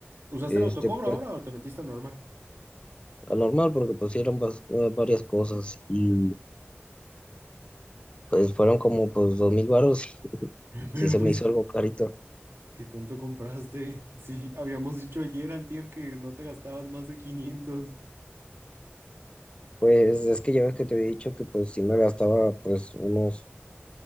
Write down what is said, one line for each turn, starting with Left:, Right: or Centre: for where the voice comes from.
Right: ¿Usaste
Left: Este,
Right: el autocobro
Left: pues,
Right: ahora o te metiste a normal?
Left: a normal, porque pusieron vas- eh, varias cosas y pues fueron como pues dos mil varos. <laughs>
Right: <laughs> Pero
Left: Sí se
Right: pues,
Left: me hizo
Right: ¿qué,
Left: algo carito.
Right: qué tanto compraste? Sí, habíamos dicho ayer, antier, que no te gastabas más de quinientos
Left: Pues es que ya ves que te había dicho que pues sí me gastaba pues unos